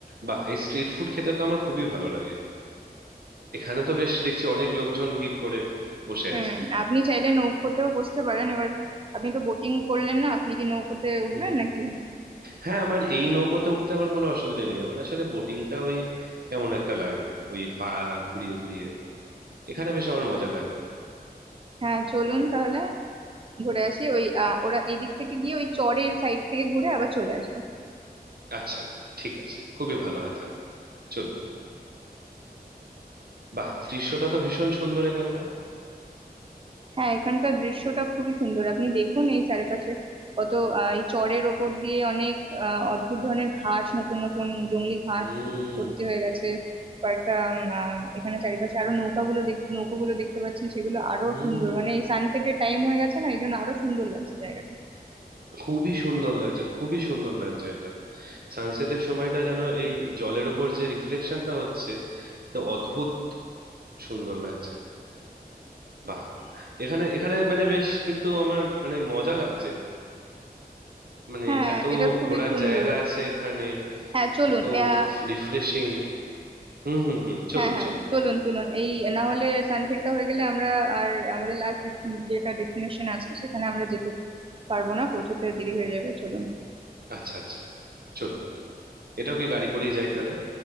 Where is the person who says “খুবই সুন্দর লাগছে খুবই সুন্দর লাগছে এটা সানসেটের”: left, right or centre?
Right